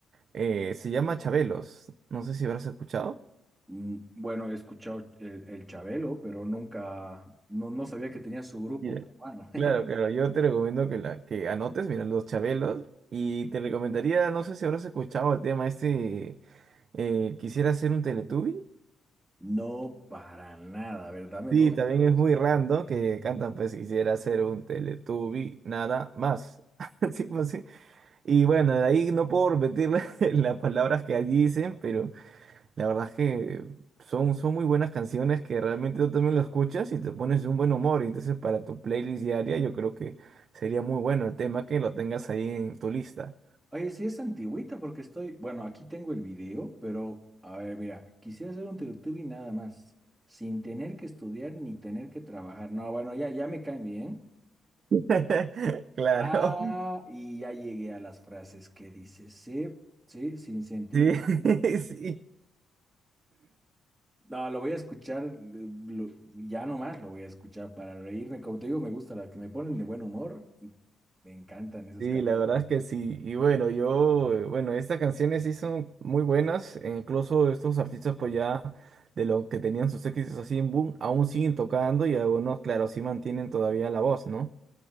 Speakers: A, on the right; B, in the centre.
A: Eh, se llama Chabelos. No sé si habrás escuchado.
B: Mm, Bueno, he escuchado el, el Chabelo, pero nunca, no, no sabía que tenía su grupo
A: Mira,
B: peruano. <laughs>
A: Claro, claro. Yo te recomiendo que, la, que anotes, mira, los Chabelos. Y te recomendaría, no sé si habrás escuchado el tema este, eh, quisiera ser un Teletubby.
B: No, para nada, a ver, dame
A: Sí,
B: dos.
A: también es
B: dos.
A: muy random que cantan, pues quisiera ser un Teletubby, nada más. <laughs> Así pues, sí. Y bueno, de ahí no puedo repetir <laughs> las palabras que dicen, pero... La verdad es que son, son muy buenas canciones que realmente tú también lo escuchas y te pones de un buen humor. Y entonces para tu playlist diaria yo creo que sería muy bueno el tema que lo tengas ahí en tu lista.
B: Oye, sí es antigüita porque estoy, bueno, aquí tengo el video, pero a ver, mira, quisiera hacer un y nada más, sin tener que estudiar ni tener que trabajar. No, bueno, ya, ya me caen bien.
A: <laughs> Claro,
B: Ah, y ya llegué a las frases que dice, sí, sí, sin sentir.
A: sí, <laughs> sí.
B: No, lo voy a escuchar, lo- lo- ya nomás lo voy a escuchar para reírme. Como te digo, me gusta las que me ponen de buen humor y me encantan esas
A: Sí,
B: canciones.
A: la verdad es que sí. Y bueno, yo, eh, bueno, estas canciones sí son muy buenas. e incluso estos artistas pues ya de lo que tenían sus éxitos así en boom, aún siguen tocando y algunos, claro, sí mantienen todavía la voz, ¿no?